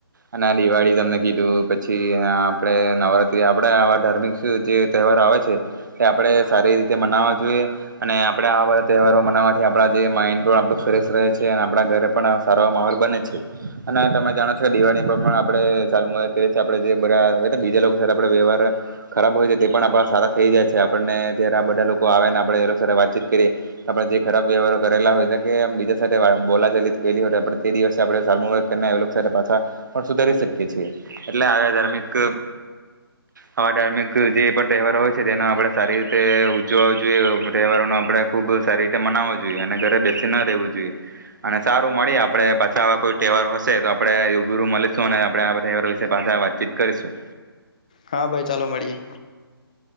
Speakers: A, on the right (about 50°); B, on the left (about 20°).
A: અને દિવાળી તમને કીધું પછી આપણે નવરાત્રી આપડ આવા ધાર્મિક જે તહેવારો આવે છે. એ આપણે સારી રીતે મનાવા જોઈએ અને આપણેે આવા બધા તહેવારો મનાવવાથી આપણા જે માઈન્ડ પણ આપું ફ્રેશ રહે છે અને આપણા ઘરે પણ સારો માહોલ બને છે. અને તમે જાણો છો કે દિવાળીમાં પણ આપણેાલએ છી આપણે જે બધ હો બીજા લોકો આપ વ્યવહાર ખરાબ હોય છે. તે પણ આપ સારા થઈ જાય છે. આપણને ત્યારે આ બધા વાતચીત કરીએ આપણે જે ખરાબ વ્યવહારો કરેલા હોય કે બીજા સાથે બોલાચલિત કરલી હોય તે દિવસે આપણે પાછા પણ સુધારી શકીએ છીએ. એટલે આ ધાર્મિક આવા ધાર્મિક જે પણ તહેવારો હોય છે. તે આપણે સારી રીતે જોવા જોઈએ તહેવારો આપડણે ખુબ સારી રીતે મનાવવો જોઈએ અને ઘરે બેસી ના રહેવું જોઈએ. અને સારું મળીએ આપણે પાછા આવા કોઈ તહેવાર હશે તો આપણે બી રું મળીશું અને આપે આવા તહેવારો વિશે પાછા વાતચીત કરીશું.
B: હા ભાઈ ચાલો મળીએ‌.